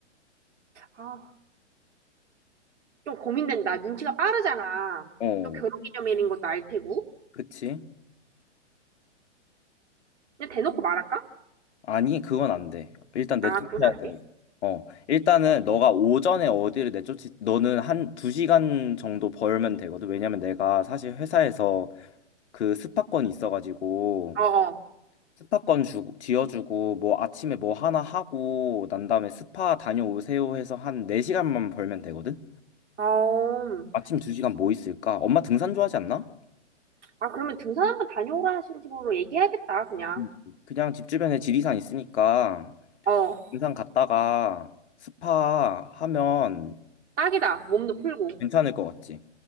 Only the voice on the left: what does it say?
어,
그치?
아니, 그건 안 돼. 일단 내쫓아야
돼.
어, 일단은 너가 오전에 어디를 내쫓지, 너는 한 두 시간 정도 벌면 되거든. 왜냐면 내가 사실 회사에서 그 스파권이 있어가지고
스파권 주 지어주고, 뭐 아침에 뭐 하나 하고, 난 다음에 스파 다녀오세요 해서 한 4시간만 벌면 되거든?
아침 2시간 뭐 있을까? 엄마 등산 좋아하지 않나?
음. 그냥 집 주변에 지리산 있으니까,
등산 갔다가 스파 하면
괜찮을 것 같지?